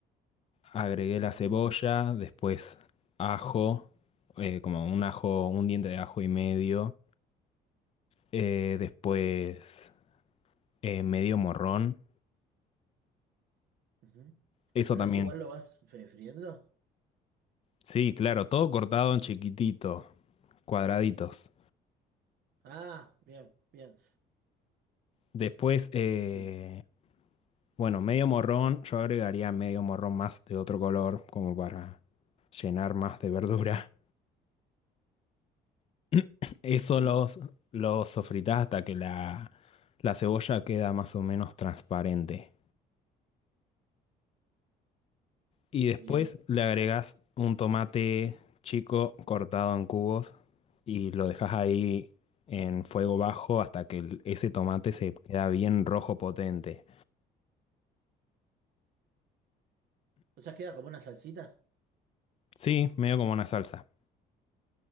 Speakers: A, on the left (about 35°); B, on the right (about 70°).
A: Agregué la
B: Entiendo.
A: cebolla, después ajo, eh, como un ajo, un diente de ajo y medio. Eh, después, eh, medio morrón.
B: Ujú.
A: Eso
B: Pero
A: también.
B: eso igual lo vas fe- friendo.
A: Sí, claro, todo cortado en chiquitito, cuadraditos.
B: Ah, bien, bien.
A: Después, eh,
B: Te sigo.
A: bueno, medio morrón. Yo agregaría medio morrón más de otro color, como para llenar más de verdura. <laughs> Eso
B: Sí,
A: los, los sofritás hasta que la, la cebolla queda más o menos transparente. Y después
B: bien.
A: le agregás un tomate chico cortado en cubos y lo dejas ahí en fuego bajo hasta que el- ese tomate se queda bien rojo potente.
B: O sea, queda como una salsita.
A: Sí, medio como una salsa.